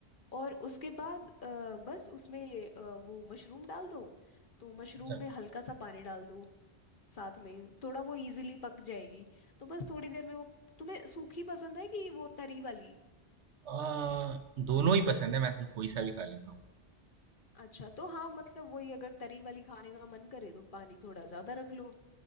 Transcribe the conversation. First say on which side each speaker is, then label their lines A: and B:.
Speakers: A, on the left; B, on the right.
A: और उसके बाद अ, बस उसमें अ, वो मशरूम डाल दो तो मशरूम
B: अच्छा
A: में हल्का सा पानी डाल दो साथ में थोड़ा वो इजीली पक जाएगी तो बस थोड़ी देर में वो तुम्हें सूखी पसंद है कि वो तरी वाली
B: आ, दोनों ही पसंद है मैं तो कोई सा भी खा लेता हूँ
A: अच्छा तो हाँ मतलब वही अगर तरी वाली खाने का मन करे तो पानी थोड़ा ज़्यादा रख लो